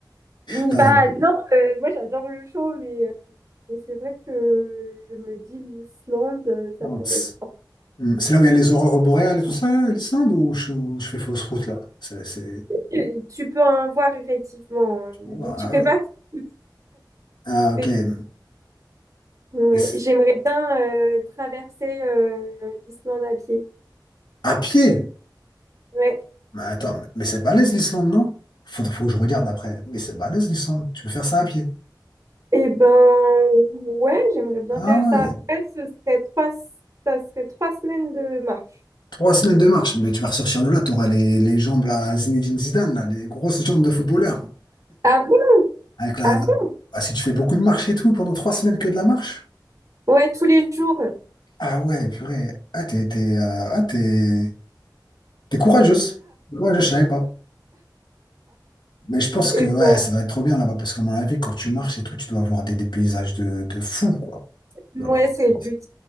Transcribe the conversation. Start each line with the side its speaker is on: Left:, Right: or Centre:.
Right: Bah
Left: Putain, t'es-
Right: non, euh, moi j'adore le chaud, mais, euh, mais c'est vrai que je me dis l'Islande, euh, ça
Left: non,
Right: pourrait
Left: tss.
Right: être sympa.
Left: Hmm, C'est là où il y a les aurores boréales et tout ça, là, l'Islande, ou je, ou je fais fausse route là? C'est, c'est-
Right: Et Tu peux en voir effectivement. hein.
Left: je peux voir,
Right: Tu
Left: Ah
Right: fais
Left: oui.
Right: pas. tout.
Left: Ah ok.
Right: C'est-
Left: Mais
Right: Mais
Left: c'est-
Right: j'aimerais bien euh, traverser euh, l'Islande à pied.
Left: à pied?
Right: Ouais.
Left: Mais attends, mais c'est balèze l'Islande, non? Faut, faut que je regarde après. Mais c'est balèze l'Islande, tu veux faire ça à pied?
Right: Et ben ouais, j'aimerais bien
Left: Ah
Right: faire ça.
Left: ouais,
Right: Après, ce serait trois, ça serait trois semaines de marche.
Left: trois semaines de marche, mais tu vas ressortir de là, t'auras les, les jambes là, Zinedine Zidane, là, les grosses jambes de footballeur.
Right: ah
Left: Avec la,
Right: Ah
Left: la-
Right: bon?
Left: Ah, si tu fais beaucoup de marche et tout, pendant trois semaines que de la marche.
Right: Ouais, tous les jours.
Left: Ah ouais, purée. Ah, t'es, t'es, euh, ah, t'es, t'es courageuse. T'es Courageuse, je savais pas. Mais je pense
Right: Et
Left: que ouais,
Right: ben,
Left: ça doit être trop bien là-bas parce qu'à mon avis, quand tu marches et tout, tu dois avoir des, des paysages de, de fou, quoi. Tu
Right: ouais,
Left: dois avoir des
Right: c'est
Left: paysages.
Right: le but.